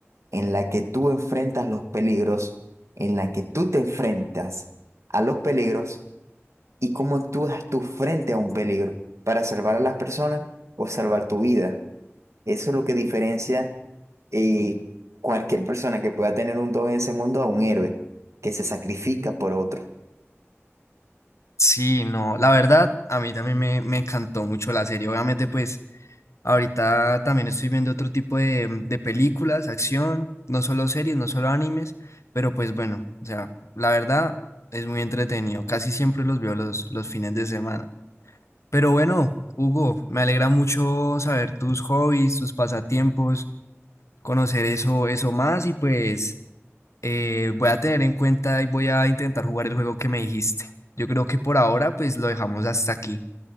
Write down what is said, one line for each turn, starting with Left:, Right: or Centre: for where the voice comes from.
Right: en la que tú enfrentas los peligros, en la que tú te enfrentas a los peligros y cómo actúas tú frente a un peligro para salvar a las personas o salvar tu vida. Eso es lo que diferencia eh, cualquier persona que pueda tener un don en ese mundo a un héroe que se sacrifica por otro.
Left: Sí, no, la verdad, a mí también me, me encantó mucho la serie. Obviamente, pues ahorita también estoy viendo otro tipo de, de películas, acción, no solo series, no solo animes, pero pues bueno, o sea, la verdad es muy entretenido. Casi siempre los veo los, los fines de semana. Pero bueno, Hugo, me alegra mucho saber tus hobbies, tus pasatiempos, conocer eso, eso más y pues... Eh, voy a tener en cuenta y voy a intentar jugar el juego que me dijiste. Yo creo que por ahora pues lo dejamos hasta aquí,